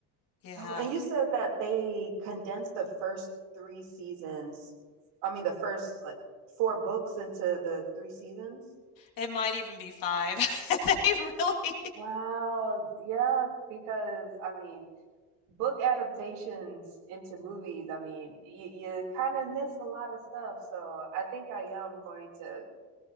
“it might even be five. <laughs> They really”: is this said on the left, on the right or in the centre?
Left